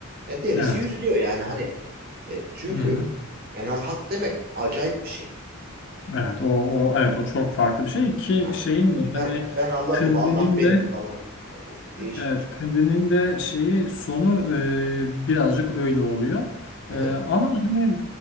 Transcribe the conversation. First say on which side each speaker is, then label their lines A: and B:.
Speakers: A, on the right; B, on the left.
A: e, derisi
B: Evet.
A: yüzülüyor yani hani. E, çünkü
B: Hı-hı.
A: Enal Hak demek acayip bir şey.
B: Evet. O, o evet o çok farklı bir şey ki
A: Ha,
B: şeyin
A: ben
B: de hani
A: ben Allah'ım,
B: Kındi'nin
A: Allah benim
B: de
A: falan demek. Yani o değişik
B: Evet,
A: bir durum.
B: Kundinin de şeyi sonu e, birazcık öyle oluyor.
A: Hı
B: E,
A: hı,
B: ama hani